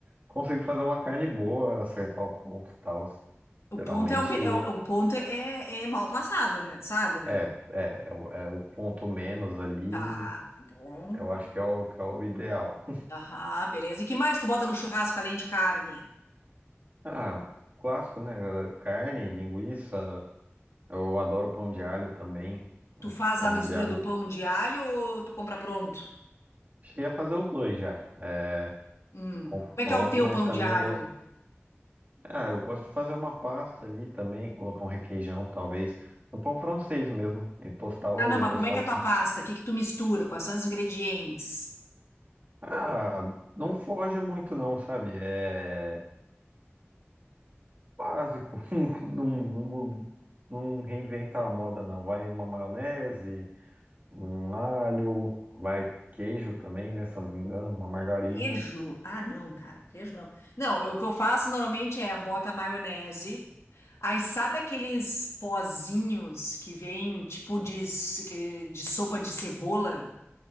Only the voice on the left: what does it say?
O ponto é o, be- é o- é o ponto é, é mal passado, né? Tu sabe, né?
Tá, tá bom.
Aham, beleza. E que mais tu bota no churrasco além de carne?
Tu faz
a mistura
do pão de alho ou tu compra pronto?
Hum.
Como é que é o teu
pão
de alho?
Ah, não, mas
como é que
é a
tua pasta? O que que tu mistura? Quais são os ingredientes?
Queijo? Ah, não, cara, queijo não. Não, eu- o que eu faço normalmente é bota maionese. Aí sabe aqueles pozinhos que vem tipo de, s- que- de sopa de cebola?